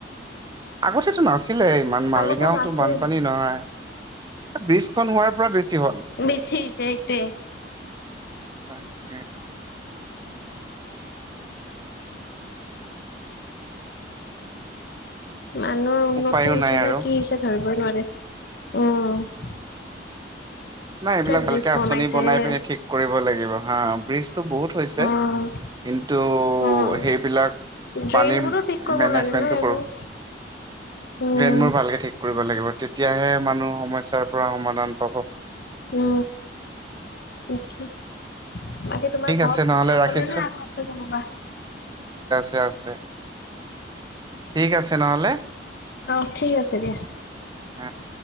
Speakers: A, on the right; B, on the left.
A: আগতেতো নাছিলে ইমান, মালিগাঁওতো
B: আগতে নাছিল
A: বানপানী নহয়। ব্ৰীজখন হোৱাৰ পৰা বেছি হ'ল।
B: বেছি হৈছে এইটোৱে।
A: তাকে।
B: মানুহৰ উন্নতি
A: উপায়ো
B: হৈছে
A: নাই আৰু
B: নে কি হৈছে ধৰবই নোৱাৰে। অ'।
A: নাই এবিলাক
B: ব্ৰিজ
A: ভালকে
B: বনাইছেহে।
A: আঁচনি বনাই পিনি ঠিক কৰিব লাগিব। হা ব্ৰীজ টো বহুত হৈছে
B: অ',
A: কিন্তু
B: অ',
A: হেইবিলাক
B: ড্ৰেইন
A: পানীম
B: বোৰো ঠিক কৰিব
A: মেনেজমেণ্টটো
B: লাগে ন এইবোৰ।
A: ক'ৰ?
B: উম,
A: ড্ৰেনবোৰ ভালকে ঠিক কৰিব লাগিব তেতিয়াহে মানুহ সমস্যাৰ পৰা সমাধান পাব।
B: উ, তাকে। বাকী তোমাৰ
A: ঠিক
B: ঘৰত
A: আছে নহ'লে
B: তুমি অকলে
A: ৰাখিছো
B: নে আৰু আছে কোনোবা?
A: ছে আছে। ঠিক আছে নহ'লে
B: অ' ঠিক আছে দিয়া।
A: উ।